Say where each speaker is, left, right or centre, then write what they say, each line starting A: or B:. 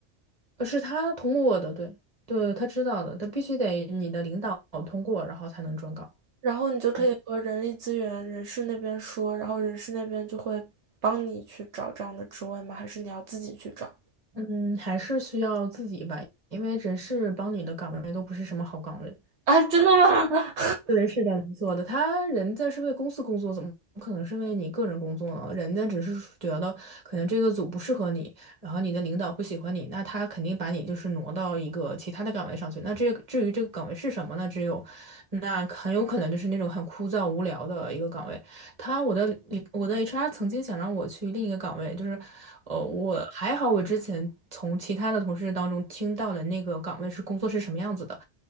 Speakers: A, on the right; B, on the right.
A: 呃是他通过的，对对，他知道的，他必须得你的领导通过，然后才能转岗。
B: 然后你就可以和人力资源、
A: 嗯。
B: 人事那边说，然后人事那边就会帮你去找这样的职位吗？还是你要自己去找？
A: 嗯，还是需要自己吧，因为人事帮你的岗位都不是什么好岗位。
B: 啊，真的吗？
A: 对，是的，没错的。他人在是为公司工作，怎么可能是为你个人工作呢？人家只是觉得可能这个组不适合你，然后你的领导不喜欢你，那他肯定把你就是挪到一个其他的岗位上去。那这个至于这个岗位是什么呢？只有那很有可能就是那种很枯燥无聊的一个岗位。他我的领我的 HR 曾经想让我去另一个岗位，就是呃，我还好，我之前从其他的同事当中听到的那个岗位是工作是什么样子的，